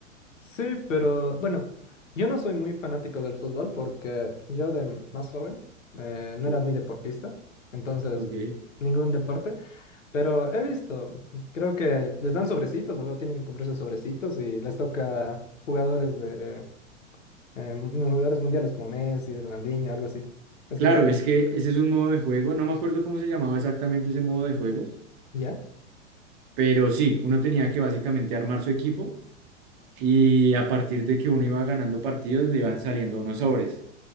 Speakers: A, on the left (about 80°); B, on the right (about 40°).
A: Sí, pero bueno, yo no soy muy fanático del fútbol porque yo de más joven eh, no
B: Sí.
A: era muy deportista, entonces
B: Ok.
A: ningún deporte, pero he visto, creo que les dan sobrecitos, ¿no? Tienen que comprarse sobrecitos y les toca jugadores de eh, mu- jugadores mundiales como Messi, Ronaldinho, algo así. ¿Estoy
B: Claro,
A: bien?
B: es que ese es un modo de juego. No me acuerdo cómo se llamaba exactamente ese modo de juego,
A: ¿Ya?
B: pero sí, uno tenía que básicamente armar su equipo y a partir de que uno iba ganando partidos le iban saliendo unos sobres.